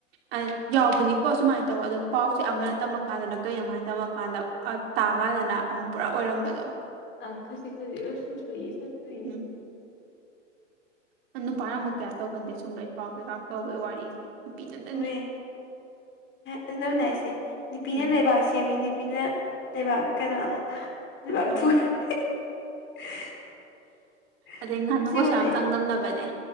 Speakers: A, on the right; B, on the left.
A: ꯑ ꯌꯥꯎꯕꯅꯤꯀꯣ ꯁꯨꯃꯥꯏꯅ ꯇꯧꯕ ꯑꯗꯨꯝ ꯄꯥꯎꯁꯦ ꯑꯃꯅ ꯇꯝꯃꯀꯥꯟꯗꯅ ꯀꯔꯤꯃꯥꯏꯅ ꯇꯝꯃꯀꯥꯟꯗ ꯇꯥꯀꯥꯟꯗꯅ ꯑꯃ ꯄꯨꯔꯥ ꯑꯣꯏꯔꯝꯕꯗꯣ
B: ꯑ ꯈꯖꯤ ꯈꯖꯤꯁꯨꯨꯡ ꯁꯣꯏꯏ ꯁꯨꯡ ꯁꯣꯏꯏ
A: ꯎꯝ ꯅꯨꯄꯥꯅ ꯑꯃꯨꯛ ꯀꯌꯥ ꯇꯧꯒꯟꯗꯦ ꯁꯨꯝꯕ ꯏ ꯄꯥꯎ ꯀꯩꯀꯥ ꯇꯧꯋꯦ ꯋꯥꯔꯤꯁꯦ ꯅꯨꯄꯤ ꯉꯥꯛꯇꯅꯤ
B: ꯍꯋꯦ ꯑꯗꯨꯅꯕꯨꯅꯥꯏꯁꯤ ꯅꯨꯄꯤꯅ
A: ꯎꯝ
B: ꯂꯩꯕꯥꯛ ꯁꯦꯝꯃꯤ ꯅꯨꯄꯤꯅ ꯂꯩꯕꯥꯛ ꯀꯩꯅꯣ ꯂꯩꯕꯥꯛ
A: ꯎꯝ
B: ꯊ <inaudible>
A: ꯑꯗꯩ ꯉꯥꯅꯨꯒꯁꯨ
B: ꯑꯁꯦꯡꯕꯅꯦ
A: ꯌꯥꯝ ꯆꯥꯡꯗꯝꯅꯕꯅꯦ